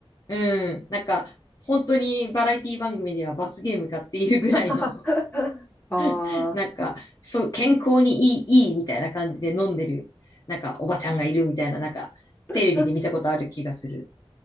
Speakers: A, on the left; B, on the left.
A: うん。なんか、本当にバラエティ番組では罰ゲームかっていうぐらいの、
B: <laughs> ああ、
A: <laughs> なんか、そう、健康にいい、いいみたいな感じで飲んでる、なんか、おばちゃんがいるみたいな、なんか、
B: <laughs>
A: テレビで見たことある気がする。